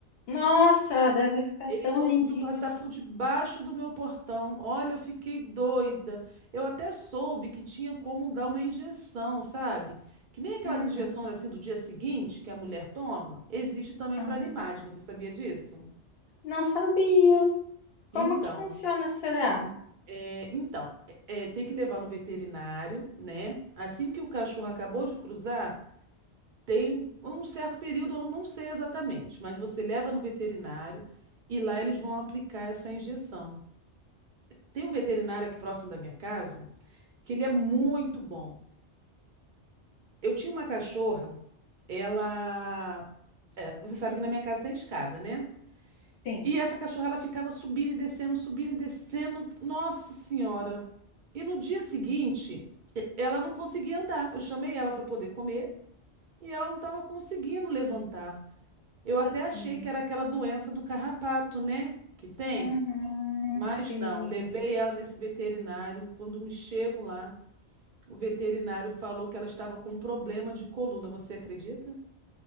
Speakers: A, on the left (about 65°); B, on the right (about 55°).
A: nossa, deve ficar
B: Ele
A: tão
B: conseguiu
A: lindinhos.
B: passar por debaixo do meu portão. Olha, eu fiquei doida. Eu até soube que tinha como dar uma injeção, sabe? Que nem aquelas
A: Uhum.
B: injeções assim do dia seguinte que a mulher toma, existe também
A: Ah,
B: para animais. Você sabia disso?
A: não sabia. Como
B: Então,
A: que funciona, será?
B: é, então é, é, tem que levar no veterinário, né? Assim que o cachorro acabou de cruzar, tem um, um certo período, eu não sei exatamente, mas você leva no veterinário e lá eles vão aplicar essa injeção. Tem um veterinário aqui próximo da minha casa que ele é muito bom. Eu tinha uma cachorra, ela. é, você sabe que na minha casa tem escada, né?
A: Sim,
B: E essa cachorra ela ficava subindo e descendo, subindo e descendo. Nossa Senhora! E no dia seguinte, e- ela não conseguia andar. Eu chamei ela para poder comer e ela não estava conseguindo levantar. Eu
A: tadinho.
B: até achei que era aquela doença do carrapato, né? Que tem.
A: Uhum,
B: Mas
A: sim.
B: não, levei ela nesse veterinário. Quando me chego lá, O veterinário falou que ela estava com um problema de coluna, você acredita?